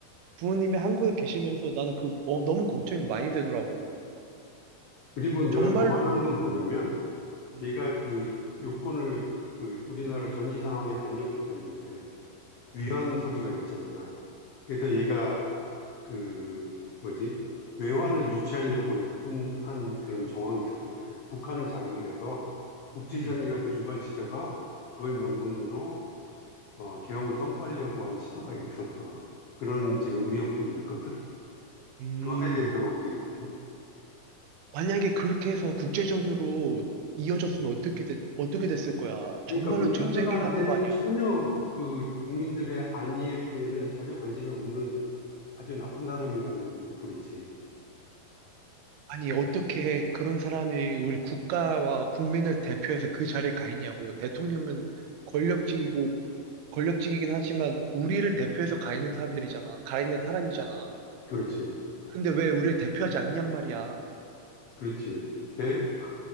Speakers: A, on the right; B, on the left.
A: 부모님이 한국에 계시면서 나는 그, 어, 너무 걱정이 많이 되더라고.
B: 그리고 내가
A: 정말로,
B: 더 화난 건 뭐냐면
A: 음,
B: 얘가 그 요건을 그 우리나라 전시 상황이 아니었기 때문에 위헌
A: 음,
B: 소지가 있잖아. 그래서 얘가
A: 음,
B: 그 뭐지? 외환을 유치하려고 했- 한, 그런 정황이 있었잖아. 북한을 자극을 해서 국지전이라도
A: 음.
B: 유발시켜서 그걸 명분으로 어, 계엄을 선포하려고 한 시도가 있었어. 그런 지금 의혹들이 있거든.
A: 음.
B: 그것에 대해서는 어떻게 생각해?
A: 만약에 그렇게 해서 국제전으로 이어졌으면 어떻게 됐, 어떻게 됐을 거야?
B: 그러니까
A: 정말로
B: 국민들한테는
A: 전쟁이 나는 거 아니야?
B: 전혀 그 국민들의 안위에는 전혀 관심이 없는 아주 나쁜 사람이라는 소리지.
A: 아니, 어떻게 그런 사람이 우리 국가와 국민을 대표해서 그 자리에 가 있냐고. 대통령은 권력직이고, 권력직이긴 하지만, 우리를 대표해서 가 있는 사람들이잖아. 가 있는 사람이잖아.
B: 그렇지.
A: 근데 왜 우리를 대표하지 않냔 말이야.
B: 그렇지. 걔, 그-